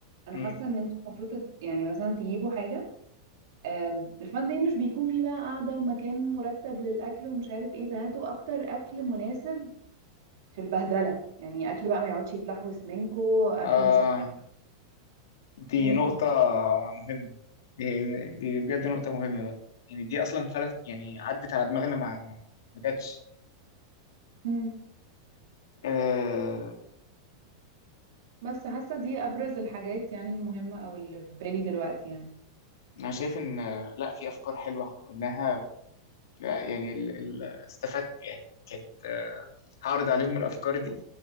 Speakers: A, on the right (about 60°); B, on the left (about 75°).
A: انا
B: مم.
A: حاسه ان انتوا المفروض تت- يعني مثلا تجيبوا حاجه آم، الفان داي مش بيكون فيه بقى قاعده ومكان مرتب للاكل ومش عارف ايه فهاتوا اكتر اكل مناسب في البهدله يعني اكل بقى ما يقعدش يتلحوس منكو اكل
B: آه
A: مش محتاج
B: دي
A: امم
B: نقطة مهمة دي, دي بجد نقطة مهمة بقى يعني دي أصلا فلت يعني عدت على دماغنا ما ما ما جاتش
A: امم
B: آه
A: بس حاسه دي ابرز الحاجات يعني المهمه او اللي في بالي دلوقتي يعني
B: أنا شايف إن آه، لا في أفكار حلوة إحنا قلناها لا يعني ال ال استفدت يعني كانت آه هعرض عليهم الأفكار دي